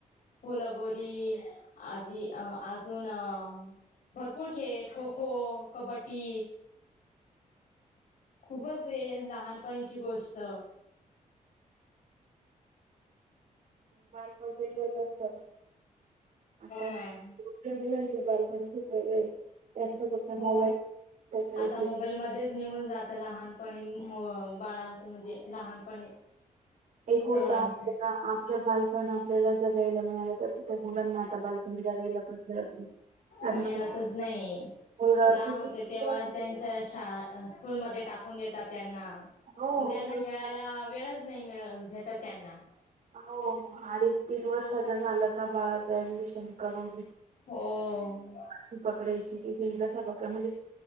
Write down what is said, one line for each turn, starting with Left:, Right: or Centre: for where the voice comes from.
Left: फुलगोरी आजी अ... अजून अ भरपूर खेळ खो खो, कबड्डी. खूपच
Right: हो,
Left: हे लहानपणीची गोष्ट.
Right: बालपण <unintelligible> असत पण आता मोठ्या
Left: मॅम
Right: मुलांचे बालपण. पण खूप वेगळं आहे. त्यांचा फक्त
Left: हो
Right: मोबाईल त्याच्यानं
Left: आता
Right: ती
Left: मोबाईल मध्येच निघून जात लहानपणी बाळांच म्हणजे लहानपणी.
Right: एक होता
Left: सगळ्यांच
Right: आपल्याला आपलं बालपण आपल्याला जगायला मिळालं तसं. तर मुलांना आता बालपण जागायला पण मिळत नाही.
Left: मिळतच
Right: <inaudible>
Left: नाही
Right: मुलगा
Left: लहान
Right: असो
Left: होते
Right: की मुलगी
Left: तेव्हा
Right: असो
Left: त्यां त्या शाळा अ... स्कूल मध्ये टाकून देतात. त्यांना
Right: हो
Left: मग त्यांना खेळायला वेळचं नाही मिळ भेटत त्यांना.
Right: हो अडीच तीन वर्षाच झालं का बाळाचं ऍडमिशन करून
Left: हो...
Right: अशी पकडायची ती पिंग कसा पकड म्हणजे.